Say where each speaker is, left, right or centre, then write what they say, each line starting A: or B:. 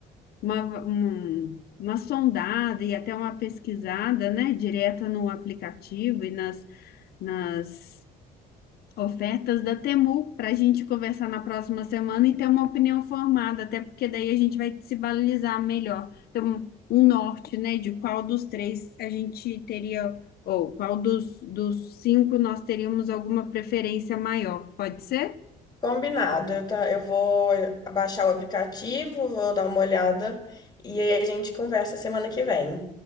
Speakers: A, on the left; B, on the left.
A: uma, um- uma sondada e até uma pesquisada, né, direta no aplicativo e nas, nas Ofertas da Temu para a gente conversar na próxima semana e ter uma opinião formada, até porque daí a gente vai se balizar melhor, ter um, um norte, né, de qual dos três a gente teria, ou qual dos, dos cinco nós teríamos alguma preferência maior. Pode ser?
B: Combinado, eu tá- eu vou baixar o aplicativo, vou dar uma olhada e aí a gente conversa semana que vem.